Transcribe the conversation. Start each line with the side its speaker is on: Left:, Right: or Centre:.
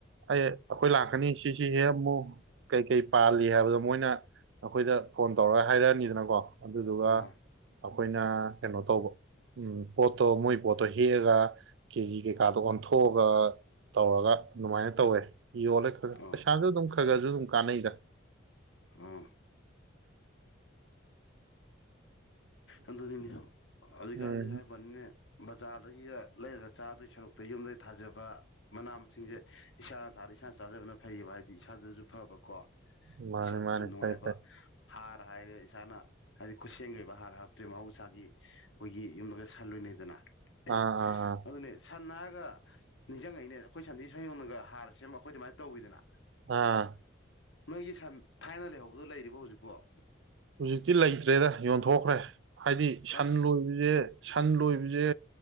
Right: ꯑꯩ ꯑꯩꯈꯣꯏ ꯂꯥꯛꯀꯅꯤ ꯁꯤꯁꯤ ꯍꯦ ꯑꯃꯨꯛ ꯀꯩꯀꯩ ꯄꯥꯜꯂꯤ ꯍꯥꯏꯕꯗꯣ ꯃꯣꯏꯅ ꯅꯈꯣꯏꯗ ꯐꯣꯟ ꯇꯧꯔꯒ ꯍꯥꯏꯔꯛꯑꯅꯤꯗꯅꯀꯣ ꯑꯗꯨꯗꯨꯒ
Left: ꯑꯥ
Right: ꯑꯩꯈꯣꯏꯅ ꯀꯩꯅꯣ ꯇꯧꯕ ꯎꯝ ꯄꯣꯠꯇꯣ ꯃꯣꯏ ꯄꯣꯠꯇꯣ ꯍꯦꯛꯑꯒ ꯀꯦꯖꯤ ꯀꯩꯀꯥꯗꯣ ꯑꯣꯟꯊꯣꯛꯑꯒ ꯇꯧꯔꯒ ꯑꯗꯨꯃꯥꯏꯅ ꯇꯧꯋꯦ ꯌꯂ ꯁꯖ
Left: ꯑꯣ
Right: ꯈꯔ ꯈꯔꯁꯨ ꯑꯗꯨꯝ ꯀꯥꯟꯅꯩꯗ
Left: ꯍꯥꯥ ꯑꯗꯨꯗꯤꯅꯦ ꯍꯧꯖꯤꯛꯀꯥꯟꯗꯤ
Right: ꯎꯝ
Left: ꯍꯥꯏꯕꯅꯤꯅꯦ ꯕꯖꯥꯔꯗꯒꯤꯒ ꯂꯩꯔꯒ ꯆꯥꯗꯒꯤ ꯁꯔꯨꯛꯇ ꯌꯨꯝꯗꯩ ꯊꯥꯖꯕ ꯃꯅꯥ ꯃꯁꯤꯡꯁꯦ ꯏꯁꯥꯅ ꯊꯥꯔ ꯏꯁꯥꯅ ꯆꯥꯖꯕꯅ ꯐꯩꯌꯦꯕ ꯍꯥꯏꯗꯤ ꯏꯁꯥꯗꯁꯨ ꯐꯕꯀꯣ
Right: ꯃꯥꯅꯤ
Left: ꯏꯁꯥꯗꯁꯨ
Right: ꯃꯥꯅꯤ
Left: ꯅꯨꯡꯉꯥꯏꯕ
Right: ꯐꯩ ꯐꯩ
Left: ꯍꯥꯔ ꯍꯥꯏꯔꯦ ꯏꯁꯥꯅ ꯍꯥꯏꯗꯤ ꯈꯨꯠꯁꯦꯝꯒꯤ ꯑꯣꯏꯕ ꯍꯥꯔ ꯍꯥ ꯄ꯭ꯔꯦ ꯃꯍꯥꯎꯁꯥꯒꯤ ꯑꯩꯈꯣꯏꯒꯤ ꯌꯨꯝꯗꯒ ꯁꯜꯂꯣꯏꯅꯦꯩꯗꯅ ꯑꯦ
Right: ꯑꯥ ꯑꯥ ꯑꯥ
Left: ꯑꯗꯨꯅꯦ ꯁꯅ ꯅꯤꯡꯁꯤꯡꯉꯛꯏꯅꯦ ꯑꯩꯈꯣꯏ ꯁꯟꯊꯤ ꯁꯌꯣꯅꯒ ꯍꯥꯔ ꯁꯦꯝꯕ ꯑꯩꯈꯣꯏ ꯑꯗꯨꯃꯥꯏꯅ ꯇꯧꯋꯤꯗꯅ
Right: ꯑꯥ
Left: ꯅꯣꯏꯒꯤꯁꯟ ꯊꯥꯏꯅ ꯂꯩꯍꯧꯕꯗꯣ ꯂꯩꯔꯤꯕꯣ ꯍꯧꯖꯤꯛꯄꯣ
Right: ꯍꯧꯖꯤꯛꯇꯤ ꯂꯩꯇ꯭ꯔꯦꯗ ꯌꯣꯟꯊꯣꯛꯈ꯭ꯔꯦ ꯍꯥꯏꯗꯤ ꯁꯟ
Left: ꯑꯁ
Right: ꯂꯣꯏꯕꯁꯦ ꯁꯟ ꯂꯣꯏꯕꯁꯦ